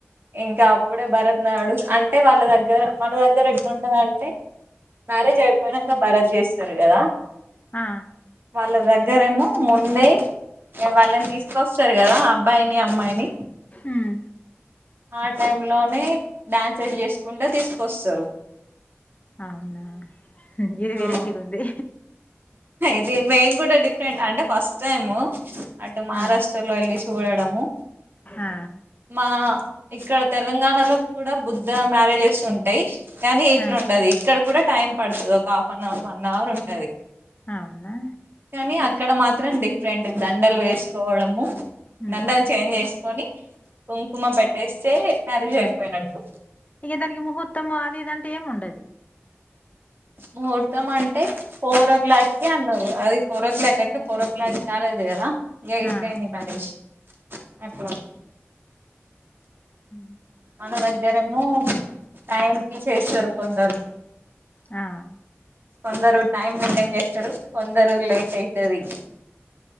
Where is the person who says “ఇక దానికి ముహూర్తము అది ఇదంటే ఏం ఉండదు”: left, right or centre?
Left